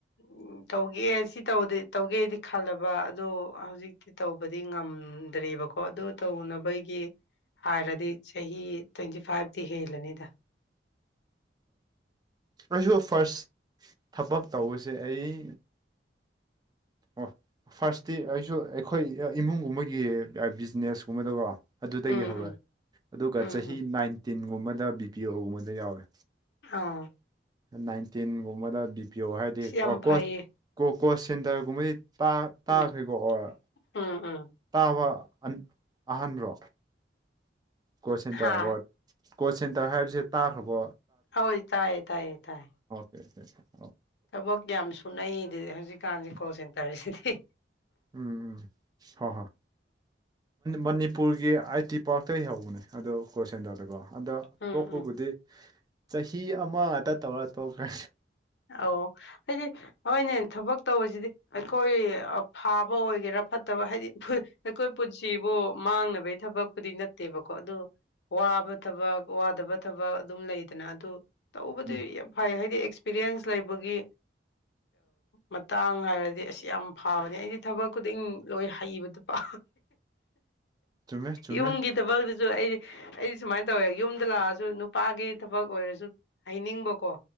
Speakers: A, on the left; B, on the right.
A: ꯎ ꯇꯧꯒꯦ ꯁꯤ ꯇꯧ ꯇꯧꯒꯦꯗꯤ ꯈꯜꯂꯕ ꯑꯗꯣ ꯍꯧꯖꯤꯛꯇꯤ ꯇꯧꯕꯗꯤ ꯉꯝꯗ꯭ꯦꯔꯤꯕꯀꯣ ꯑꯗꯨ ꯇꯧꯅꯕꯒꯤ ꯍꯥꯏꯔꯗꯤ ꯆꯍꯤ ꯇ꯭ꯋꯦꯟꯇꯤ ꯐꯥꯏꯚꯇꯤ ꯍꯦꯜꯂꯅꯤꯗ
B: ꯀꯁꯨꯁꯨ ꯐꯥꯔꯁ ꯊꯕꯛ ꯇꯧꯕꯁꯦ ꯑꯩ
A: <inaudible>
B: ꯑꯣ ꯐꯥꯔꯁꯇꯤ ꯑꯩꯁꯨ ꯑꯩꯈꯣꯏ ꯏꯃꯨꯡꯒꯨꯝꯕꯒꯤ ꯕꯤꯖꯤꯅꯦꯁꯀꯨꯝꯕꯗꯀꯣ ꯑꯗꯨꯗꯒꯤ
A: ꯎꯝ
B: ꯍꯧꯔꯣꯏ
A: ꯎꯝ
B: ꯑꯗꯨꯒ
A: ꯎꯝ
B: ꯆꯍꯤ
A: ꯎꯝ
B: ꯅꯥꯏꯟꯇꯤꯟꯒꯨꯝꯕꯗ ꯕꯤ ꯄꯤ ꯑꯣꯒꯨꯝꯕꯗ ꯌꯥꯎꯔꯦ
A: ꯑꯥ
B: ꯅꯥꯏꯟꯇꯤꯟꯒꯨꯝꯕꯗ ꯗꯤ ꯄꯤ ꯑꯣ ꯍꯥꯏꯔꯗꯤ
A: ꯁꯤ ꯌꯥꯝ
B: ꯀꯣꯆꯣ
A: ꯐꯩꯌꯦ
B: ꯀꯣꯁ ꯁꯦꯟꯇꯔꯒꯨꯝꯕꯗꯤ ꯇꯥꯈꯦꯀꯣ
A: ꯎꯝ
B: ꯑꯣꯔ
A: ꯎꯝ ꯎꯝ
B: ꯇꯥꯕ ꯑꯍꯥꯟꯕꯔꯣ ꯀꯣꯆ ꯁꯦꯟꯇꯔ
A: ꯍꯥ
B: ꯑꯣꯔ ꯀꯣꯆ ꯁꯦꯟꯇꯔ ꯍꯥꯏꯕꯁꯦ ꯇꯥꯈ꯭ꯔꯕꯣ
A: ꯍ ꯇꯥꯏ ꯇꯥꯏ ꯇꯥꯏ
B: ꯐ ꯐ
A: ꯊꯕꯛ ꯌꯥꯝ ꯁꯨꯅꯩꯗꯤꯗꯤ ꯍꯧꯖꯤꯛꯀꯥꯟꯁꯤ ꯀꯣ ꯁꯤꯟ ꯇꯔꯤꯁꯤꯗꯤ
B: ꯎꯝ ꯎꯝ ꯍꯣ ꯍꯣ ꯃꯅꯤꯄꯨꯔꯒꯤ ꯑꯥꯏ ꯇꯤ ꯄꯥꯔꯛꯇ ꯍꯧꯕꯅꯦ ꯑꯗꯣ ꯀꯣꯁꯦꯟꯗꯣꯗ ꯀꯣ ꯑꯗ
A: ꯎꯝ
B: ꯇꯣꯛꯄꯕꯨꯗꯤ
A: ꯎꯝ
B: ꯆꯍꯤ ꯑꯃ ꯉꯥꯛꯇ ꯇꯧꯔꯒ ꯇꯣꯛꯈ꯭ꯔꯦ
A: ꯑꯣ ꯑꯩꯗꯤ ꯍꯣꯏꯅꯦ ꯊꯕꯛ ꯇꯧꯕꯁꯤꯗꯤ ꯑꯩꯈꯣꯏ ꯐꯥꯕ ꯑꯣꯏꯒꯦꯔꯥ ꯐꯠꯇꯕ ꯍꯥꯏꯗꯤ ꯑꯩꯈꯣꯏ ꯄꯨꯟꯁꯤꯕꯨ ꯃꯥꯡꯅꯕꯒꯤ ꯊꯕꯛꯄꯨꯗꯤ ꯅꯠꯇꯦꯕꯀꯣ ꯑꯗꯨ ꯋꯥꯕ ꯊꯕꯛ ꯋꯥꯗꯕ ꯊꯕꯛ ꯑꯗꯨꯝ ꯂꯩꯗꯅ ꯑꯗꯨ ꯇꯧꯕꯗꯤ
B: ꯎꯝ
A: ꯌꯥꯝ ꯐꯩ ꯍꯥꯏꯗꯤ ꯑꯦꯛꯁꯄꯤꯔꯤꯌꯦꯟꯁ ꯂꯩꯕꯒꯤ ꯃꯇꯥꯡ ꯍꯥꯏꯔꯗꯤ ꯑꯁꯤ ꯌꯥꯝ ꯐꯕꯅꯦ ꯑꯩꯗꯤ ꯊꯕꯛ ꯈꯨꯗꯤꯡ ꯂꯣꯏ ꯍꯩꯕꯗꯨ ꯄ
B: ꯆꯨꯝꯃꯦ ꯆꯨꯝꯃꯦ
A: ꯌꯨꯝꯒꯤ ꯊꯕꯛ ꯑꯗꯨ ꯑꯩꯗꯤ ꯑꯩꯗꯤ ꯁꯨꯃꯥꯏꯅ ꯇꯧꯋꯦ ꯌꯨꯝꯗ ꯂꯥꯛꯑꯁꯨ ꯅꯨꯄꯥꯒꯤ ꯊꯕꯛ ꯑꯣꯏꯔꯁꯨ ꯍꯩꯅꯤꯡꯕꯀꯣ